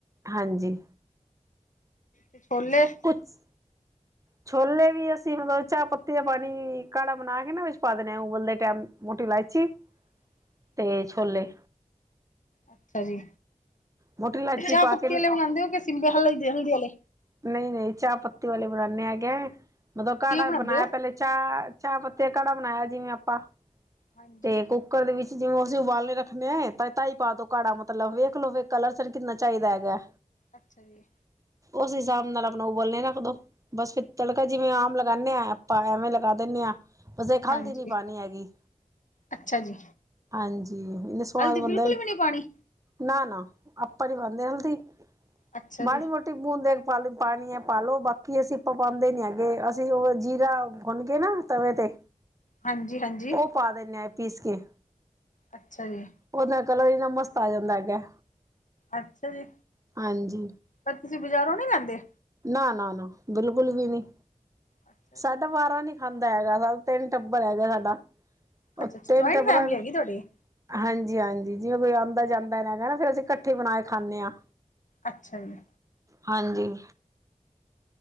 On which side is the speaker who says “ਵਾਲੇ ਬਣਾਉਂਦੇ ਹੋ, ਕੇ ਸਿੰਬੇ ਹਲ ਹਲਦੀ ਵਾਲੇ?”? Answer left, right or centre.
Left